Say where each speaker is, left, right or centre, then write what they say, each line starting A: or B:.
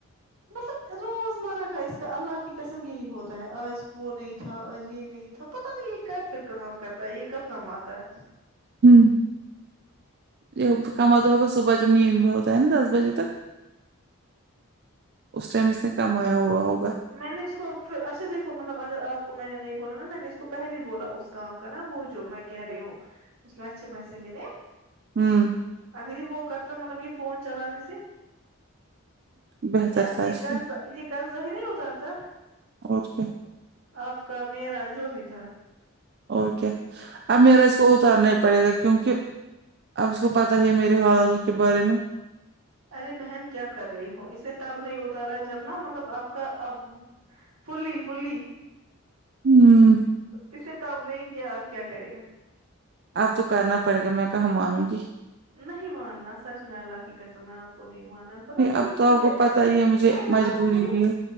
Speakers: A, on the right (about 80°); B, on the right (about 50°).
A: مطلب روزمرہ کا اس کا اللہ کی قسم یہی ہوتا ہے آج وہ نہیں تھا آج یہ نہیں تھا پتا نہیں یہ کب پھر کام کرتا ہے یہ کب کماتا ہے
B: ہمم یہ کماتا ہوگا صبح جب نیند میں ہوتا ہے نا دس بجے تک اس ٹائم اس نے کام آیا ہوا ہوگا
A: میں نے اس کو پ اچھا دیکھو مطلب اگر آپ کو میں نے نہیں بولا نا میں نے اس کو پہلے ہی بولا اس کام کا نا وہ جو میں کہہ رہی ہوں اس میں اچھے پیسے ملے
B: ہوں
A: اگرھی وہ کرتا مطلب یہ فون چلانے سے
B: بہتر
A: یہ
B: تھا اس کو
A: قرضہ یہ قرضہ ہی نہیں اترتا
B: اور کیا
A: اپ کا میرا جو بھی تھا
B: اوکے اب میرا اس کو اتارنا ہی پڑے گا کیونکہ اب اس کو پتا ہے میرے حالاتوں کے بارے میں
A: ارے بہن کیا کر رہی ہو اسے تب نہیں ہوتا رہا جب نا مطلب آپ کا اب فلی فلی
B: ہوں
A: اسے تب نے کیا اب کیا کرے گا
B: اب تو کرنا پڑے گا میں کہاں مانوں گی
A: نہیں ماننا سچ میں اللہ کی قسم ہے اپ کو نہیں گانا پتا نہیں
B: اب
A: یہ کہ
B: تو آپ
A: مجھے
B: کو پتا ہی ہے مجھے
A: اتنا
B: مجبوری
A: مجھے
B: بھی ہے